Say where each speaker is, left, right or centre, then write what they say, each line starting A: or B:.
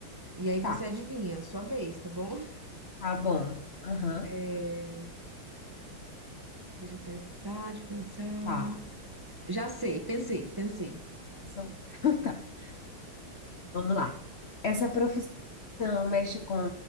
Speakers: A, on the right (about 35°); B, on the left (about 85°).
A: E aí você
B: Tá,
A: adivinha, sua vez, tá bom? <laughs>
B: tá bom. Aham,
A: É, Deixa eu pensar, deixa eu pensar.
B: tá.
A: Já sei, pensei, pensei.
B: Então, <laughs> então tá. Vamos lá. Essa profissão mexe com,